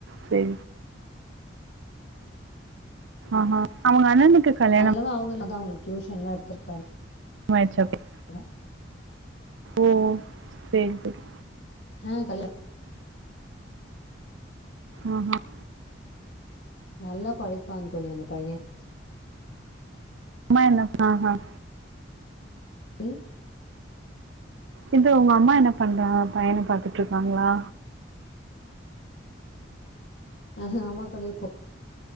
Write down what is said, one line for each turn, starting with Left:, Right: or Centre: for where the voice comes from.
Right: சரி ஆ அவுங்க அண்ணனுக்கு கல்யாணம்
Left: அதுல தான் அவங்க எல்ல தா அவங்க டியூஷனெல்லா எடுத்துருக்காங்க
Right: வயசப்படி
Left: ஆ
Right: ஓ சேரி சேரி
Left: ஆ கல்யாண
Right: ம்ஹும்
Left: நல்லா படிப்பான் தோழி அந்த பையன்
Right: அம்மா என்ன ம் ம்
Left: டி
Right: இந்த உங்க அம்மா என்ன பண்றாங்க பையன பாத்துட்டு இருக்காங்களா
Left: ம்ஹும் ஆமா தோழி போ